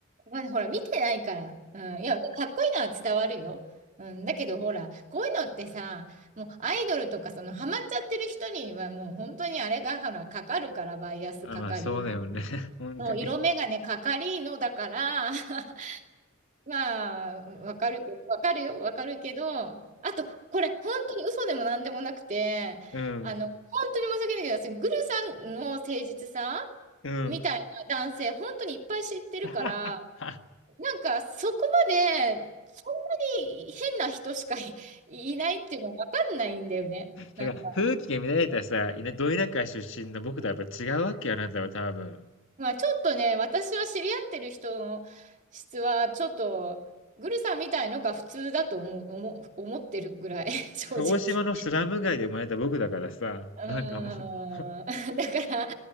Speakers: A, on the right; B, on the left.
A: まあ、ほら、見てないから。うん。いや、かっこいいのは伝わるよ。うん。だけど、ほら、こういうのってさ、もうアイドルとか、その、ハマっちゃってる人には、もう本当にあれが、ほら、かかるから、バイアスかかり、
B: あ、まあそうだよね。<laughs> 本当に。
A: そう色眼鏡かかりのだから、<laughs> まあ、わかるけど、わかるよ、わかるけど、あと、これ、本当に嘘でもなんでもなくて、
B: うん。
A: あの、本当に申し訳ないけど、私、グルさんの誠実さ
B: うん。
A: みたいな男性、本当にいっぱい知ってるから、
B: <laughs>
A: なんかそこまでそんなに変な人しかい、いないっていうのわかんないんだよね。なんか、
B: だから、風紀が乱れたさ、いなど田出身の僕とはやっぱ違うわけよ、あなたは多分。
A: まあちょっとね、私は知り合ってる人の質はちょっとグルさんみたいのが普通だと思う、思う、思ってるぐらい、<laughs> 正直。
B: 鹿児島のスラム街で生まれた僕だからさ、
A: うーん。
B: なんかもう、
A: <laughs> だから、